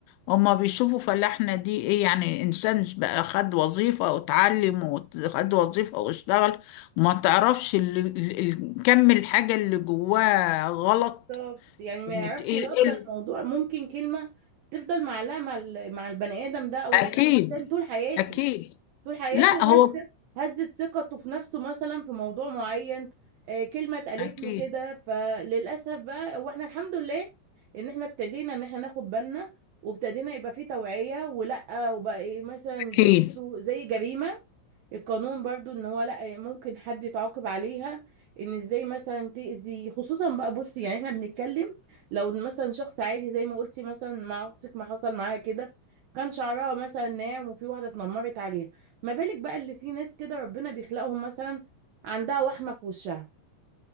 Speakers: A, on the left; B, on the right.
A: هما بيشوفوا فلاحنا دي ايه يعني انسان بقى خد وظيفة واتعلم وخد وظيفة واشتغل وما تعرفش ال- ال- ال- كم الحاجة اللي جواه غلط
B: بالظبط. يعني ما
A: يعني
B: يعرفش
A: ت- ايه
B: اصلا
A: إيه ال-
B: الموضوع ممكن كلمة تفضل معلقة مع ال- مع البني ادم ده او
A: اكيد
B: الانسان طول حياته
A: اكيد
B: طول حياته
A: لا هو
B: هز هزت ثقته في نفسه مثلا في موضوع معين آه، كلمة اتقالت
A: اكيد
B: له كده فللأسف بقى واحنا الحمد لله ان احنا ابتدينا ان احنا ناخد بالنا وابتدينا يبقى فيه توعية ولا وبقى إيه مثلا
A: اكيد
B: دي برضه زي جريمة القانون برضو ان هو لا ممكن حد يتعاقب عليها ان ازاي مثلا تأذي خصوصا بقى بصي يعني احنا بنتكلم لو إن مثلا شخص عادي زي ما قلتي مثلا مع اختك ما حصل معاها كده كان شعرها مثلا ناعم وفي واحدة اتنمرت عليها ما بالك بقى اللي في ناس كده ربنا بيخلقهم مثلا عندها وحمة في وشها